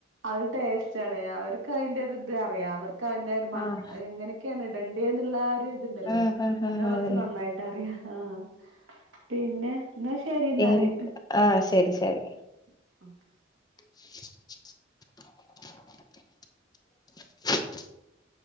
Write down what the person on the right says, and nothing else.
അ ഒരു ടേസ്റ്റാണെ അവർക്ക് അയ്ന്റെ ഒരിത് അറിയാ അവർക്ക് ക്ക് അയ്ന്റെ ഒരു മട്ട്
<unintelligible> എങ്ങനെയൊക്കെയാണ് ഇടണ്ട് വേന്നില്ല ഒരിതുണ്ടല്ലോ
അത
അവർക്ക്
നന്നായിട്ട് അറിയാം ആഹ് പിന്നെ എന്നാ ശരി എന്നാല്
<inaudible>